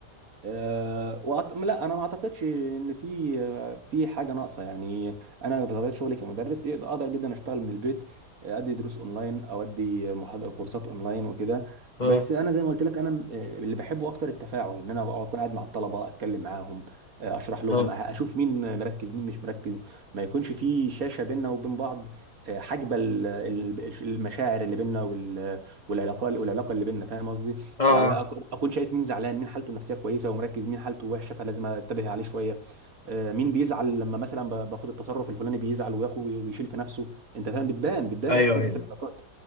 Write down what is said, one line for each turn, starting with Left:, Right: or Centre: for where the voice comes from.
Right: أه وأط... لا انا ما اعتقدش ان في آه، في حاجه ناقصه يعني انا بطبيعه شغلي كمدرس يقدر- اقدر جدا اشتغل من البيت آه، ادي دروس اونلاين او ادي محاضره كورسات اونلاين وكده
Left: اه
Right: بس انا زي ما قلت لك انا م- آه، اللي بحبه اكتر التفاعل ان انا أقعد- اكون قاعد مع الطلبه اتكلم معاهم آه، اشرح لهم
Left: اه
Right: أه- اشوف مين مركز مين مش مركز ما يكونش في شاشه بيننا وبين بعض آه، حاجبه ال- ال- المشاعر اللي بيننا وال- والعلاقه والعلاقه اللي بيننا فاهم قصدي
Left: اه
Right: يعني أك- اكون شايف مين زعلان مين حالته النفسيه كويسه ومركز مين حالته وحشه فلازم انتبه عليه شويه آه، مين بيزعل لما مثلا ب- باخد التصرف الفلاني بيزعل وياخد ويشيل في نفسه انت فاهم بتبان بتبان
Left: ايوه
Right: الحاجات
Left: ايوه
Right: دي في العلاقات